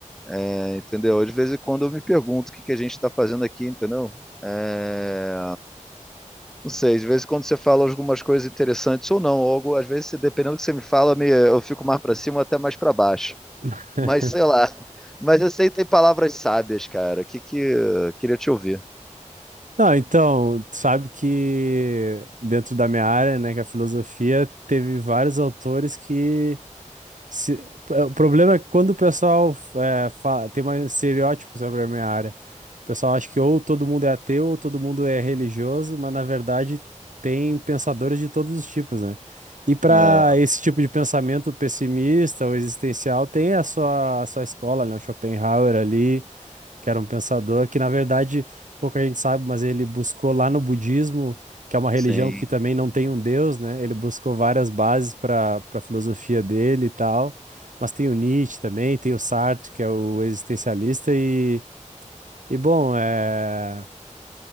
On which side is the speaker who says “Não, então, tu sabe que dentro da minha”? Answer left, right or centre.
Right